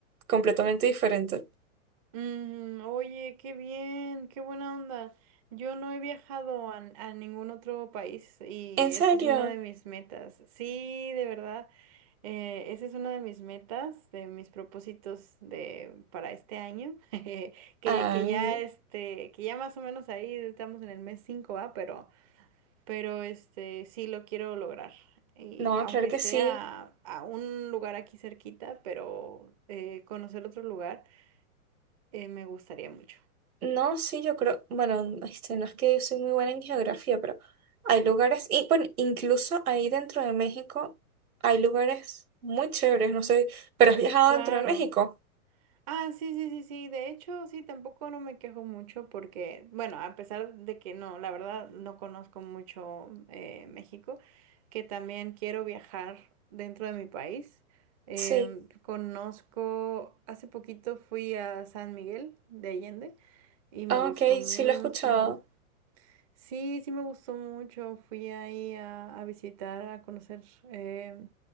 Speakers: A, on the right; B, on the right.
A: completamente diferente.
B: Mm, oye, qué bien, qué buena onda. Yo no he viajado a, a ningún otro país y
A: ¿En serio?
B: esa es una de mis metas. Sí, de verdad, eh, esa es una de mis metas, de mis propósitos de, para este año, <laughs> que,
A: Ay,
B: que ya este, que ya más o menos ahí estamos en el mes 5 ¿va? Pero, pero este, sí lo quiero lograr. Y
A: no,
B: aunque
A: claro que
B: sea
A: sí.
B: a un lugar aquí cerquita, pero eh, conocer otro lugar, eh, me gustaría mucho.
A: No, sí, yo creo, bueno, este, no es que yo soy muy buena en geografía, pero hay lugares, y bueno, incluso ahí dentro de México hay lugares muy chéveres, no sé, pero has viajado
B: Claro.
A: dentro de México.
B: Ah, sí, sí, sí, sí. De hecho, sí, tampoco no me quejo mucho porque, bueno, a pesar de que no, la verdad, no conozco mucho eh, México, que también quiero viajar dentro de mi país. Em,
A: Sí,
B: conozco, hace poquito fui a San Miguel de Allende y me
A: ah,
B: gustó
A: ok,
B: mucho.
A: sí lo he escuchado.
B: Sí, sí me gustó mucho. Fui ahí a, a visitar, a conocer, eh,